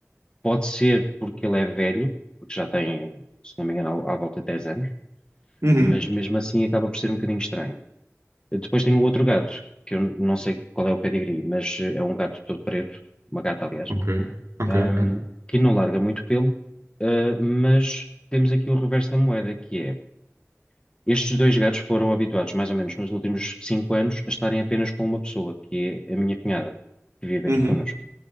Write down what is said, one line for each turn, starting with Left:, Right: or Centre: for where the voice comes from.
Left: Pode ser porque ele é velho, porque já tem, se não me engano, à à volta de 10 anos,
Right: Uhum.
Left: mas mesmo assim acaba por ser um bocadinho estranho. Depois tem o outro gato, que eu não sei qual é o pedigree, mas é um gato todo preto, uma gata, aliás,
Right: Ok, ok,
Left: um,
Right: ok.
Left: que não larga muito pelo, uh, mas temos aqui o reverso da moeda, que é Estes dois gatos foram habituados, mais ou menos nos últimos cinco anos, a estarem apenas com uma pessoa, que é a minha cunhada, que vive
Right: Uhum,
Left: aqui connosco.